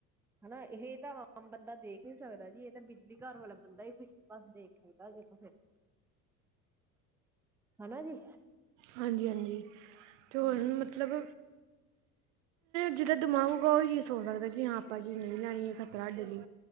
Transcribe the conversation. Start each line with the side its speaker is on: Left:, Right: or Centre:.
Centre: ਹਨਾ ਇਹ ਤਾਂ ਆਮ ਬੰਦਾ ਦੇਖ ਨੀ ਸਕਦਾ ਜੀ ਇਹ ਤਾਂ ਬਿਜਲੀ ਘਰ ਵਾਲਾ ਬੰਦਾ ਹੀ ਬਸ ਦੇਖ ਸਕ ਕਾਲ ਦੇਖੋ ਫ਼ਿਰ ਹੈਨਾ ਜੀ।
Right: ਹਾਂਜੀ-ਹਾਂਜੀ ਤੇ ਹੋਰ
Centre: ਹਾਂਜੀ
Right: ਮਤਲਬ ਜਿਦਾਂ ਦਿਮਾ ਕੋਈ ਵੀ ਸੋਚ ਸਕਦਾ ਕਿ ਹਾਂ ਆਪਾਂ ਜੀ ਨਹੀਂ ਲੈਣੀ ਹੈ ਖਤਰਾ ਸਾਡੇ ਲਈ।